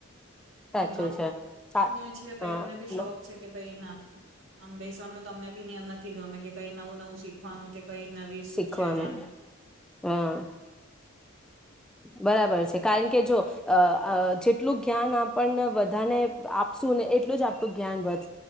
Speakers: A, in the centre; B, on the right.
A: સાચું
B: ને ગમ
A: છે સા
B: છે, ભાઈ
A: હા
B: અમને ભી શોખ
A: લો
B: છે, કે ભાઈ ના. આમ બેસવાનું તમને બી ની અર નથી ગમે કે કઈ નવું નવું શીખવાનું કે કઈ નવી શું
A: શીખવાનું
B: છે, એનેમ
A: હા બરાબર છે. કારણ કે જો જેટલું જ્ઞાન આપણને બધાને આપશું ને એટલું જ આપણું જ્ઞાન વધ